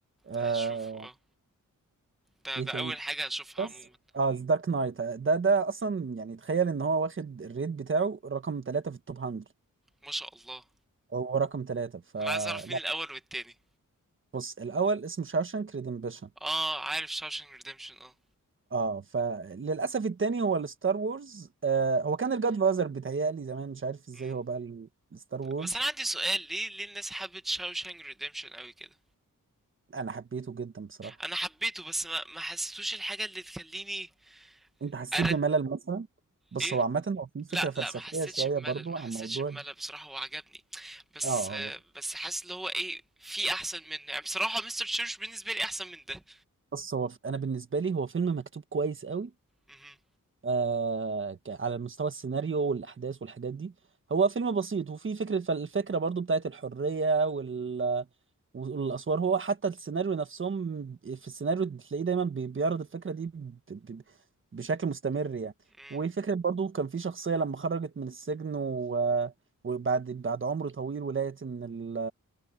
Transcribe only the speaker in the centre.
هشوفه اه ده
ده
اول حاجة هشوفها
عموما
ما شاء الله
انا عايز اعرف مين الاول والتاني
اه عارف شاوشانك ريديمشن اه
مم.
بس انا عندي سؤال ليه ليه الناس حبت شاوشانك ريديمشن قوي كده
انا حبيته بس ما ما حسيتوش الحاجه اللي تخليني
أرد
ايه
لا
لا ما حسيتش
بملل
ما
حسيتش
بملل بصراحه هو عجبني بس
آه، بس حاسس اللي هو ايه في احسن منه يعني بصراحه مستر تشيرش بالنسبه لي احسن من ده
مهم.
مم.